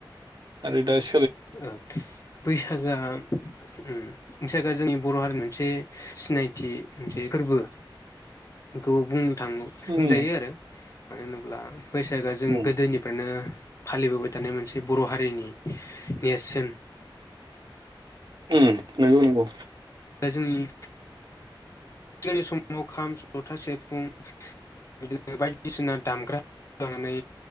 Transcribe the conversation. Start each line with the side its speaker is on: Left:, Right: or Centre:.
Right: आरो दा इस।
Left: ओ बैसागोआ ओम बैसागोआ जोंनि बर' हारिनि मोन। मोनसे सिनायथि मोनसे फोरबो खौ बुं। थांगौ
Right: उम
Left: बुंजायो आरो मानो होनोब्ला बैसागोआ जों
Right: उम
Left: गोदोनिफ्रायनो। फालिबोबाय थानाय मोनसे बर' हारिनि नेरसोन।
Right: उम नोंगौ नंगौ।
Left: दा जोंनि जोंनि समाव खाम ज'था सेफुं। बिदिनो बायदिसिना दामग्रा जानानै